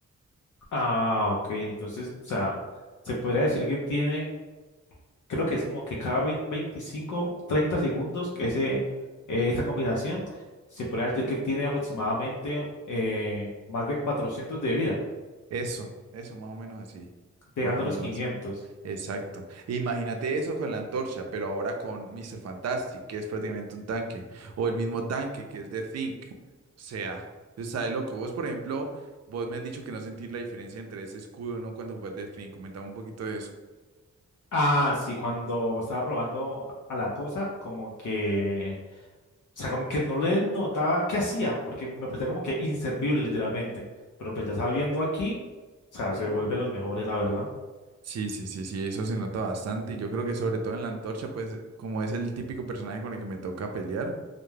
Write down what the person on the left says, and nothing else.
Ah, ok. Entonces, o sea, se podría decir que tiene Creo que es como que cada vein- 25, 30 segundos que ese, eh, esta combinación se puede decir que tiene aproximadamente eh, más de 400 de vida,
llegando
a los 500.
Ah, sí, cuando estaba probando a la cosa, como que, o sea, como que no le notaba qué hacía, porque me parecía como que inservible literalmente. Pero pues ya estaba viendo aquí, o sea,
se vuelve los mejores, la verdad.